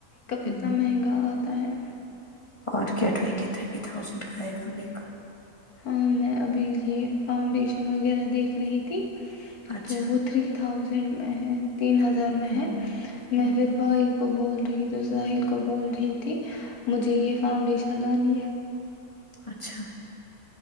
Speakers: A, on the left; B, on the left.
A: اتنا
B: ہوں
A: مہنگا آتا ہے
B: اور کیا ٹوئنٹی تھرٹی تھاؤزینڈ کا آئے گا میک اپ
A: ہاں میں ابھی یہ فاؤنڈیشن وغیرہ دیکھ رہی تھی
B: اپ اچھا
A: تو وہ تھری تھا تھاؤزنڈ ا تین ہزار میں
B: ہوں
A: ہے میں
B: ہوں
A: پھر بائی کو بول رہی تھی ساحل کو بول رہی تھی مجھے یہ
B: ہوں
A: فاؤنڈیش چلانی
B: اچھا